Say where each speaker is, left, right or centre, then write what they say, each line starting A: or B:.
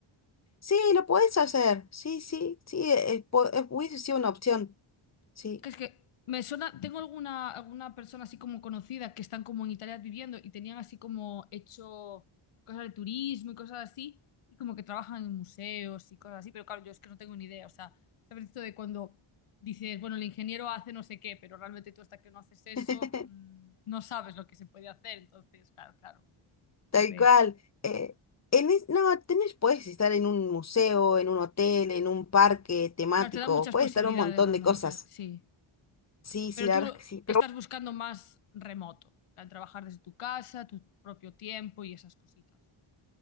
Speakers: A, on the left; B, on the left.
A: Sí, lo podés hacer, sí, sí, sí, eh, po- eh, hubiese sido una opción, sí.
B: Que es que me suena, tengo alguna, alguna persona así como conocida que están como en Italia viviendo y tenían así como hecho cosas de turismo y cosas así, y como que trabajan en museos y cosas así, pero claro, yo es que no tengo ni idea, o sea, sabes esto de cuando dices, bueno, el ingeniero hace no sé qué, pero realmente tú hasta que no haces eso,
A: <laughs>
B: mm, no sabes lo que se puede hacer, entonces, claro, claro. Jope.
A: Tal cual. eh, en es- no, tenés, puedes estar en un museo, en un hotel, en un parque temático,
B: Claro, te da muchas
A: puedes
B: posibilidades
A: estar un montón
B: realmente,
A: de cosas.
B: sí.
A: Sí, sí,
B: Pero
A: la
B: tú
A: verdad es que sí,
B: estás
A: pero
B: buscando más remoto, al trabajar desde tu casa, tu propio tiempo y esas cositas.